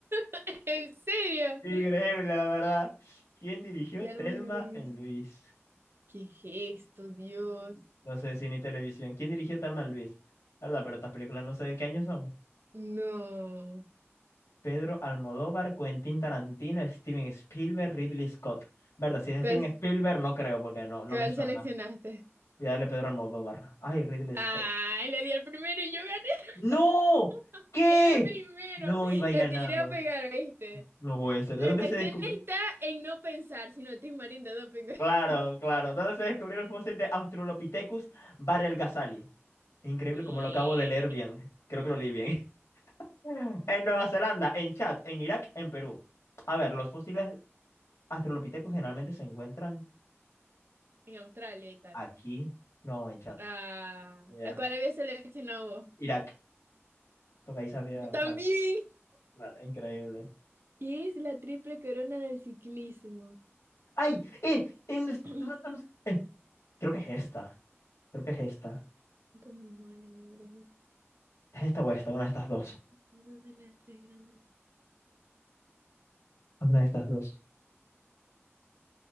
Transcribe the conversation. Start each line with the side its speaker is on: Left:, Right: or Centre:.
Right: <laughs> ¿En serio?
Left: Increíble, la verdad. ¿Quién dirigió
Right: Telma
Left: Telma
Right: y Luis.
Left: en Luis?
Right: ¿Qué gesto, Dios?
Left: No sé, cine y televisión. ¿Quién dirigió Telma en Luis? La ¿Verdad? Pero estas películas no sé de qué año son.
Right: No.
Left: Pedro Almodóvar, Quentin Tarantino, Steven Spielberg, Ridley Scott. ¿Verdad? Si es
Right: ¿Cuál,
Left: Steven Spielberg, no creo, porque no, no
Right: cuál
Left: me suena.
Right: seleccionaste?
Left: Voy a darle Pedro Almodóvar. Ay, Ridley
Right: ¡Ay,
Left: Scott.
Right: le di al primero y yo gané!
Left: No,
Right: <laughs>
Left: ¿qué?
Right: Era el primero.
Left: No iba a
Right: La
Left: ir ganando.
Right: tiré a pegar, ¿viste?
Left: No puede ser.
Right: La
Left: ¿De dónde
Right: cuestión
Left: se descubrió?
Right: está en no pensar, si no te marinda doping. <laughs>
Left: Claro, claro. ¿Dónde se descubrió el fósil de Australopithecus Barelgazali? Increíble
Right: ¿Qué?
Left: como lo acabo de leer bien. Creo que lo leí bien. <laughs> En Nueva Zelanda, en Chad, en Irak, en Perú. A ver, los fósiles Australopithecus generalmente se encuentran
Right: En Australia y tal.
Left: aquí. No, en Chad.
Right: Ah,
Left: Ni idea.
Right: ¿a cuál había seleccionado vos?
Left: Irak. Porque ahí sabía.
Right: Yo también.
Left: Bueno, bueno, increíble.
Right: ¿Qué es la triple corona del ciclismo?
Left: ¡Ay! ¡Eh! en los-
Right: <clears throat>
Left: eh, creo que es esta. Creo que es esta.
Right: Dos mismos años, ganar los
Left: Es esta o esta, una de estas dos.
Right: Dos de las tres grandes.
Left: Una de estas dos.